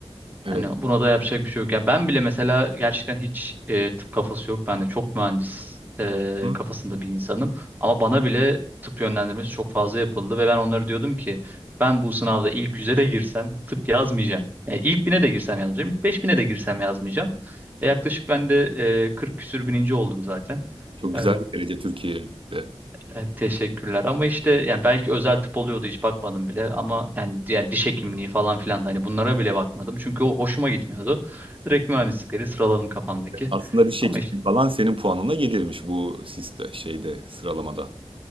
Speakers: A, on the right; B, on the right.
A: Evet.
B: Hani buna da yapacak bir şey yok. Yani ben bile mesela gerçekten hiç e, tıp kafası yok. Ben de çok mühendis e,
A: Hı?
B: kafasında bir insanım. Ama bana bile tıp yönlendirmesi çok fazla yapıldı ve ben onlara diyordum ki ben bu sınavda ilk yüze de girsem tıp yazmayacağım. Yani ilk bine de girsem yazmayacağım. İlk beş bine de girsem yazmayacağım. E, yaklaşık ben de e, 40 küsür bininci oldum zaten.
A: Çok
B: E,
A: güzel bir derece Türkiye'de.
B: Evet, teşekkürler ama işte yani belki özel tıp oluyordu hiç bakmadım bile ama yani diğer diş hekimliği falan filan da hani bunlara bile bakmadım çünkü o hoşuma gitmiyordu. Direkt mühendislikleri sıraladım kafamdaki.
A: Aslında diş
B: Ama
A: hekimliği
B: işte
A: falan senin puanına gelirmiş bu siste şeyde sıralamada.